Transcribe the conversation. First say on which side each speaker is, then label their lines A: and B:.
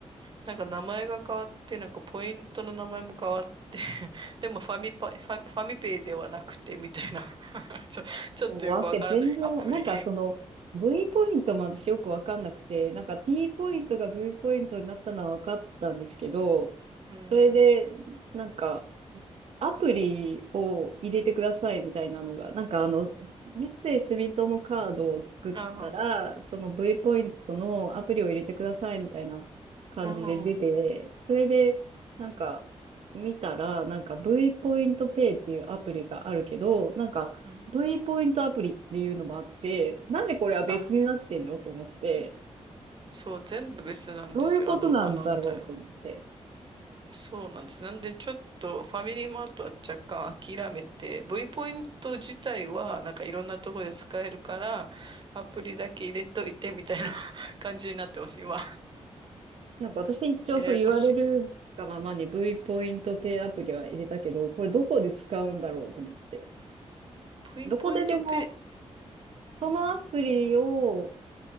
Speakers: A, on the right; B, on the right.
A: なんか名前が変わって、なんかポイントの名前も変わって、<laughs> でもファミパ、ファ、ファミペイではなくて、みたいな <laughs> ちょ、ちょっとよくわからないアプリ。
B: もうわけ、全然わ、なんかその、V ポイントも私よくわかんなくて、なんか T ポイントが V ポイントになったのはわかったんですけど、
A: うん。
B: それで、なんか、アプリを入れてくださいみたいなのが、なんかあの、三井住友カードを作ったら、
A: あ
B: その V ポイントのアプリを入れてくださいみたいな感じで出て、
A: あ、うん。
B: それで、なんか、見たら、なんか V ポイントペイっていうアプリがあるけど、なんか
A: うん。
B: V ポイントアプリっていうのもあって、なんでこれは別になってんのと思って、
A: あ、そう、全部別なんですよ。
B: どういうことなんだろうと思って。
A: あの、あの対応。そうなんです。なんで、ちょっとファミリーマートは若干諦めて、V ポイント自体はなんかいろんなところで使えるから、アプリだけ入れといてみたいな <laughs> 感じになってます、今。
B: なんか私一応そう言われるがままに
A: ややこしい。
B: V ポイントペイアプリは入れたけど、これどこで使うんだろうと思って。
A: V
B: どこででも、
A: ポイントペ
B: そのアプリを